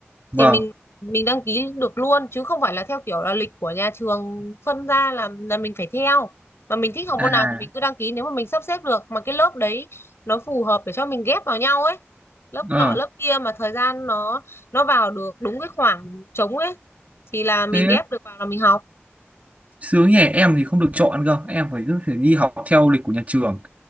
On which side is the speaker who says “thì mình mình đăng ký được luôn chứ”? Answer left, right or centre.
Left